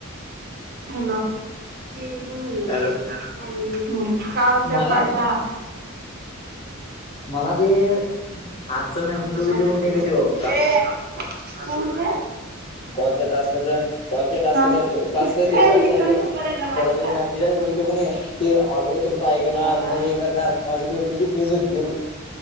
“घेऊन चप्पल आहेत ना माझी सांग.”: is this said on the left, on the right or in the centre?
Right